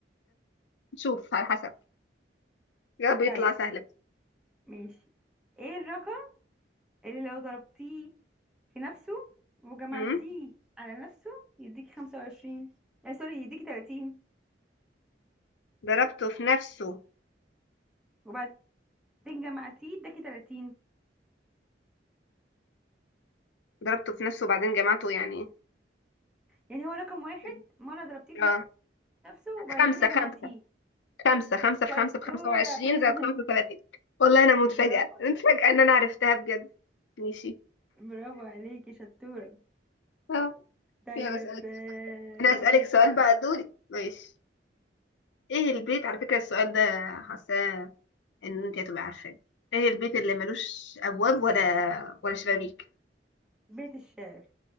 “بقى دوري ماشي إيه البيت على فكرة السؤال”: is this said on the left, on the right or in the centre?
Left